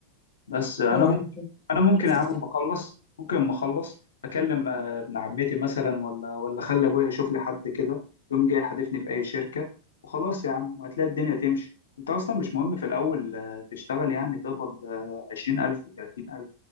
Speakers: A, on the left; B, on the left.
A: بس أنا
B: ايه يا عم
A: انا ممكن
B: شفت
A: يا عم
B: كتير
A: بخلص ممكن ما اخلص اكلم آه، ابن عمتي مثلا ولا ولا اخلي ابويا يشوف لي حد كده يوم جاي حادفني في اي شركه وخلاص يا عم وهتلاقي الدنيا تمشي انت اصلا مش مهم في الاول آه، تشتغل يعني تقبض آه، عشرين الف وتلاتين الف